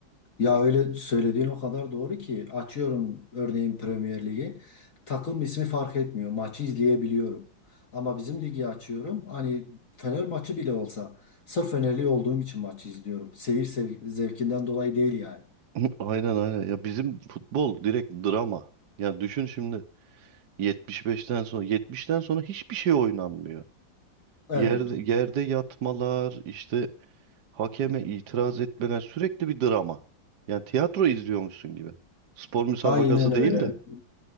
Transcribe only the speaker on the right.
<laughs> Aynen aynen. Ya bizim futbol direkt drama. Ya düşün şimdi 75'ten sonra 70'ten sonra hiçbir şey oynanmıyor.
Yerde yerde yatmalar, işte hakeme itiraz etmeler sürekli bir drama. Yani tiyatro izliyormuşsun gibi. Spor müsabakası
değil de.